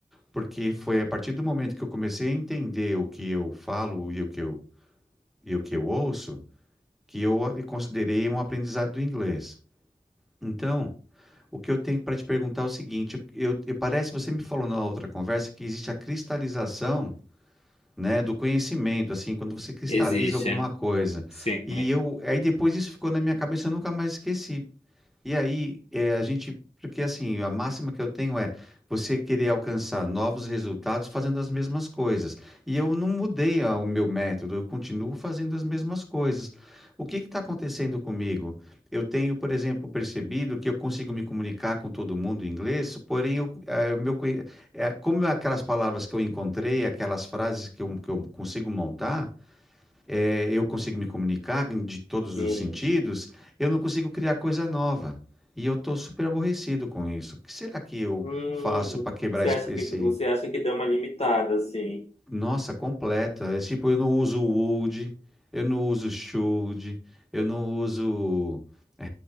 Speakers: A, in the centre; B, on the left.
A: Porque foi a partir do momento que eu comecei a entender o que eu falo e o que eu, e o que eu ouço, que eu a- considerei um aprendizado do inglês. Então, o que eu tenho para te perguntar é o seguinte, eu, eu- parece que você me falou na outra conversa que existe a cristalização, né, do conhecimento, assim, quando você cristaliza
B: Existe.
A: alguma coisa.
B: Sim.
A: E eu, aí depois isso ficou na minha cabeça, eu nunca mais esqueci. E aí, é a gente, porque assim, a máxima que eu tenho é você querer alcançar novos resultados fazendo as mesmas coisas. E eu não mudei a- o meu método, eu continuo fazendo as mesmas coisas. O que está acontecendo comigo? Eu tenho, por exemplo, percebido que eu consigo me comunicar com todo mundo em inglês, porém, eu, eh, o meu, conhe- eh, como aquelas palavras que eu encontrei, aquelas frases que eu, que eu consigo montar é, eu consigo me comunicar em- de todos
B: Sim.
A: os sentidos, eu não consigo criar coisa nova. E eu estou super aborrecido com isso. O que será que eu
B: Hum,
A: faço para quebrar
B: você
A: esse,
B: acha
A: esse-
B: que você acha que deu uma limitada, assim?
A: Nossa, completa. É tipo, eu não uso would, eu não uso should, eu não uso é,